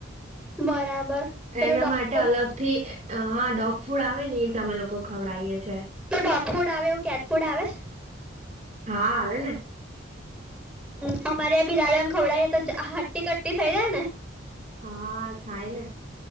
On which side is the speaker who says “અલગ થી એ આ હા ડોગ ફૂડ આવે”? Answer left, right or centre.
Right